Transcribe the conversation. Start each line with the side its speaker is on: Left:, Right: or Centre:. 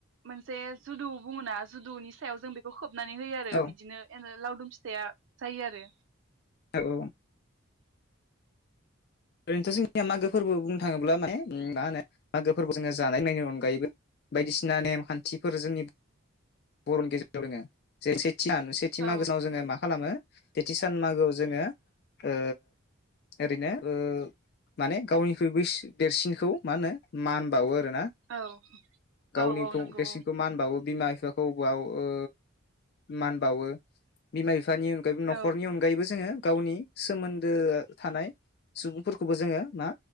Right: मोनसे जुदु बुङोना जुदुनि सायाव जों बेखौ खोब बनानै होयो आरो
Left: औ
Right: बिदिनो एरो लावदुम फिथाइया जायो आरो
Left: ओ औ ओरैनथ' जों निया मागो फोरबो बुंनो थाङोब्ला माने उम मा होनो मागो फोरबो जोंना जानाय लोंनायनि अनगायैबो बायदिसिना नेम खान्थिफोर जोंनि बरनि <unintelligible> <unintelligible> सेथि
Right: औ
Left: मागोनाव जोङो मा खालामो सेथि सान मागौ जोङो ओ ओरैनो- ओ माने गावनिख्रुइ बै देरसिनखौ मा होनो मान बाउवो आरो हो
Right: औ
Left: गावनिखौ
Right: औ औ नंगौ
Left: देरसिनखौ मान बाउवो बिमा बिफाख औ बाउ ओ मान बाउवो बिमा बि बिफानि अनगायै
Right: औ
Left: न'खरनि अगायैबो जोङो गावनि सोमोन्दोया थानाय सुबुंफोरखौबो जोङो मा